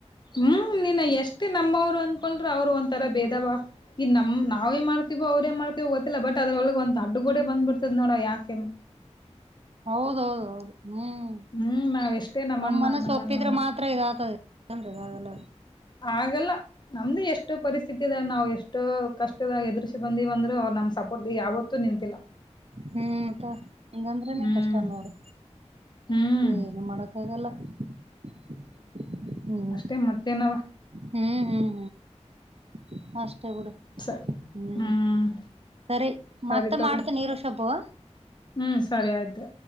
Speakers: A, on the left; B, on the right.
A: ಹ್ಮ್ ನೀನ್ ಎಷ್ಟೇ ನಮ್ಮವ್ರು ಅಂದಕೊಂಡ್ರ ಅವರು ಒಂಂತರ ಬೇದ ಬ ಈ ನಮ್ ನಾವೇ ಮಾಡ್ತೀವೋ ಅವ್ರೇ ಮಾಡ್ತವೋ ಗೊತ್ತಿಲ್ಲ ಬಟ್ ಅದ್ರೊಳಗ್ ಒಂದ್ ದಡ್ಡು ಗೋಡೆ ಬಂದ್ಬಿಡ್ತದ್ ನೋಡ ಯಾಕೆನು
B: ಹೌದೌದೌದು ಹ್ಮ್
A: ಹ್ಮ್ ನಾವ್ ಎಷ್ಟೇ ನಮ್ಮಣ್ಣ
B: ನಮ ಮನಸ
A: ನಮ್ಮಣ್ಣ
B: ಒಪ್ಪಿದ್ರೆ ಮಾತ್ರ ಇದ ಆತದೆ <unintelligible> ನಲ್ಲ
A: ಹಾಗಲ್ಲ ನಮ್ದು ಎಷ್ಟು ಪರಿಸ್ಥಿತಿ ಇದ ನಾವ್ ಎಷ್ಟೋ ಕಷ್ಟದಾಗ ಎದ್ರರಿಸಿ ಬಂದಿವ ಒಂದ್ರ ನಮ್ ಸಪೋರ್ಟ್ ಯಾವತ್ತು ನಿಂತಿಲ್ಲ
B: ಹ್ಮ್ ತಾ ಹಂಗಂದ್ರನೇ
A: ಹ್ಮ್
B: ಕಷ್ಟ ನೋಡು
A: ಹ್ಮ್
B: ಏನು ಮಾಡಕ್ಕ ಆಗಲ್ಲ <inaudible> ಹ್ಮ್
A: ಅಷ್ಟೆ ಮತ್ತೇನ ಅವ್ವ
B: ಹ್ಮ್ ಹ್ಮ್ ಹ್ಮ್ ಅಷ್ಟ ಹ್ಮ್
A: ಸ ಹ್ಮ್
B: ಸರಿ
A: ಸರಿ
B: ಮತ್ತೆ
A: ತಗೋ
B: ಮಾಡ್ತನೀರು ಷಬು
A: ಹ್ಮ್ ಸರಿ ಆಯ್ತು